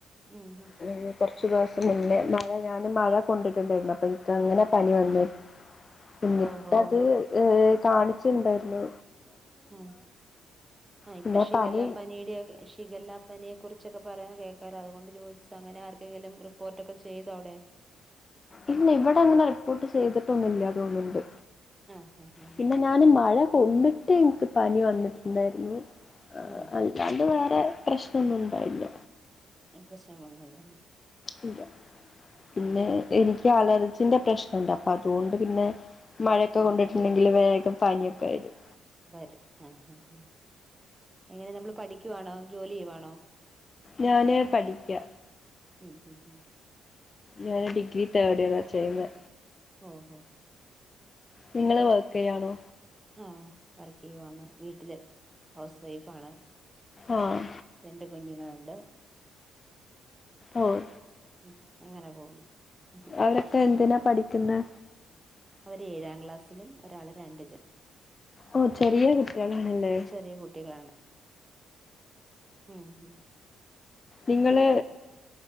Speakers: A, on the right; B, on the left.
A: ഉം ഉം
B: അല്ലെങ്കിൽ കുറച്ച് ദിവസം മുന്നെ മഴ ഞാൻ മഴ കൊണ്ടിട്ടുണ്ടായിരുന്നു അപ്പം അങ്ങനെ പനി
A: ഉം
B: വന്ന എന്നിട്ടത്
A: ഓഹ് ഓഹ് ഓഹ്
B: ഏ കാണിച്ചിണ്ടാ യിരുന്നു
A: ആഹ് ആഹ് ഇപ്പൊ
B: പിന്നെ
A: ശിഖല്ലാപ്പനിയുടെ
B: പനി
A: ശിഖല്ലാ പനിയെ കുറിച്ചൊക്കെ പറയണ കേൾക്കാലോ അതുകൊണ്ട് ചോദിച്ച അങ്ങനെ ആർക്കെങ്കിലും റിപ്പോർട്ട് ഒക്കെ ചെയ്തോ അവിടെ
B: ഇല്ല ഇവിടെ അങ്ങനെ റിപ്പോർട്ട് ചെയ്തിട്ടൊന്നൂല്ല തോന്നുണ്ട്
A: ആഹ് ആഹ് ആഹ്
B: പിന്നെ ഞാൻ മഴ കൊണ്ടിട്ട് എനിക്ക് പനി വന്നിട്ടുണ്ടായിരുന്നു ആ
A: ഉം
B: അല്ലാണ്ട് വേറെ പ്രശ്നൊന്നും ഇണ്ടായില്ല
A: പ്രശ്നങ്ങളൊന്നുല്ലാന്ന്
B: ഇല്ല പിന്നെ എനിക്ക് അലർജിന്റെ പ്രശ്നുണ്ട് അപ്പൊ അതുകൊണ്ട് പിന്നെ മഴയൊക്കെ
A: ഓഹ്
B: കൊണ്ടിട്ടുണ്ടെങ്കില്
A: ഓഹ്
B: വേഗം പനിയൊക്കെ വരും
A: വരും ആഹ് ഹാ ഹ് എങ്ങനെ നമ്മൾ പഠിക്കുവാണോ ജോലി ചെയ്യുവാണോ
B: ഞാൻ പഠിക്കാ
A: ഉം ഉം ഉം
B: ഞാൻ ഡിഗ്രി തേർഡ് ഇയറാണ് ചെയ്യുന്നേ
A: ഓ ഓ
B: നിങ്ങള് വർക്ക് ചെയ്യാണോ
A: ആഹ് വർക്ക് ചെയ്യുവാണ് വീട്ടില് ഹൗസ് വൈഫാണ്
B: ആഹ്
A: രണ്ട് കുഞ്ഞുങ്ങളുണ്ട്
B: ഓഹ്
A: ഉം അങ്ങനെ പോകുന്നു ഉം ഉം.
B: അവരൊക്കെ എന്തിനാ പഠിക്കുന്നെ
A: അവര് ഏഴാം ക്ലാസ്സിലും ഒരാള് രണ്ടിലും
B: ഓ ചെറിയ കുട്ടികളാണല്ലേ
A: ചെറിയ കുട്ടികളാണ് ഉം ഉം
B: നിങ്ങള്